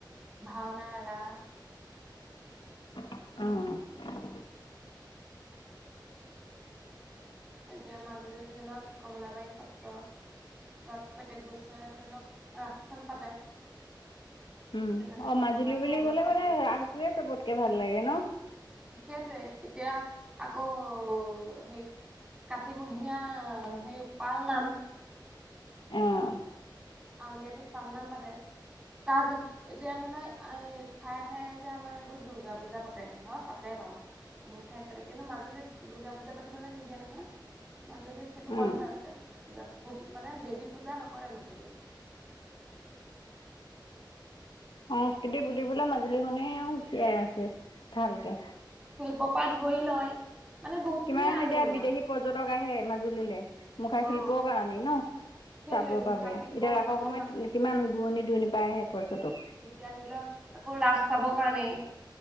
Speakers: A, on the right; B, on the left.
A: ভাওনা ৰাস
B: অ
A: এতিয়া মাজুলীত ধৰি লওক কমলাবাৰী সত্ৰ তাত প্ৰতয়েক বছৰে ধৰি লওক ৰাসখন পাতে
B: উম
A: সেইকাৰণে
B: অ মাজুলী
A: বা ভাওনা
B: বুলি কলে
A: সমাৰোহ
B: মানে ৰাসটোৱে চবতকে ভাল লাগে ন
A: সেইটোৱে এতিয়া আকৌ হেই কাতিমহীয়া সেই পাল নাম
B: আহ
A: আউনীআটিত পাল নাম পাতে তাত এতিয়া ধ লও এই ঠায়ে ঠায়ে যে আমাৰ এইবোৰ দুূৰ্গা পূজা পাতে হয় পাতে বাৰু বহুত ঠাইত পাতে কিন্তু মাজুলীত দুূৰ্গা পূজা পাতিবলৈ নিদিয়ে নহয় মাজুলী সেইটো
B: উম
A: বন্ধ আছে পূজা মানে দেৱী পূজা নকৰে মাজুলীত।
B: সংস্কৃতি বুলিবলে মাজুলীখনেই আও জিয়াই আছে ভালকে।
A: কপা ধৰি লয় মানে বহুত
B: কিমান
A: খিনি আগনোৱা
B: এতিয়া বিদেশী পৰ্যটক আহে মাজুলীলৈ মুখা
A: অ
B: শিল্পৰ কাৰণেই ন
A: সেইটোৱে
B: চাব
A: মুখা
B: বাবে এতিয়া
A: শিল্প
B: ৰাসৰ
A: চাবৰ
B: সময়ত
A: কাৰণে
B: কিমান দূুৰণি দুৰণি পাই আহে পৰ্যটক
A: এতিয়া ধৰি লওক ৰাস চাবলৈ কাৰণেই,